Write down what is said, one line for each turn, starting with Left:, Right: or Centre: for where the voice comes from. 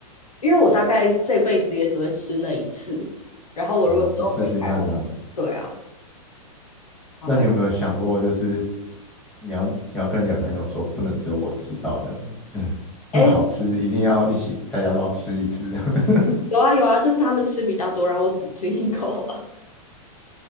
Left: 因为我大概这辈子也只会吃那一次。
Centre: <laughs>
Left: 然后我如果之后回台湾，
Centre: 然后就试试看这样。
Left: 对啊，麻烦。
Centre: 那你有没有想过，就是你要你要跟你的朋友说，不能只有我吃到这样子，那么好吃，
Left: 哎，
Centre: 一定要一起，大家都要吃一次这样。
Left: 有啊有啊，就是他们吃比较多，然后我只吃一口啊。